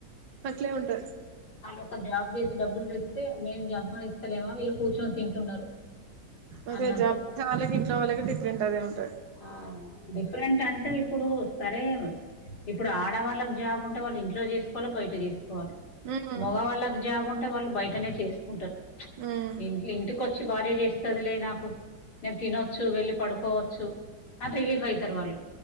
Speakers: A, on the right; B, on the left.
A: అట్లే ఉంటది
B: ఇప్పుడొక జాబ్ జేసి డబ్బులు దెత్తే మేం జంపాదిస్తలేమ వీళ్ళు కూర్చొని తింటున్నారు
A: ఒసేయ్
B: అన్నట్టు
A: జాబ్ చేసే వాళ్ళకి ఇంట్లో ఉండే వాళ్ళకి డిఫరెంట్ అదే ఉంటది.
B: ఆ డిఫరెంట్ అంటే ఇప్పుడు సరే ఇప్పుడు ఆడవాళ్ళకి జాబ్ ఉంటే వాళ్ళు ఇంట్లో జేసుకోల్ల బయట జేస్ వాలి
A: ఉమ్
B: మగ వాళ్ళకి జాబు ఉంటే వాళ్ళు బయటనే చేసుకుంటారు
A: ఉమ్
B: ఇ ఇంటికొచ్చి భార్య జేస్తదిలే నాకు నేను తినొచ్చు వెళ్ళి పడుకోవచ్చు అన్ రిలీఫ్ అయితారు వాళ్ళు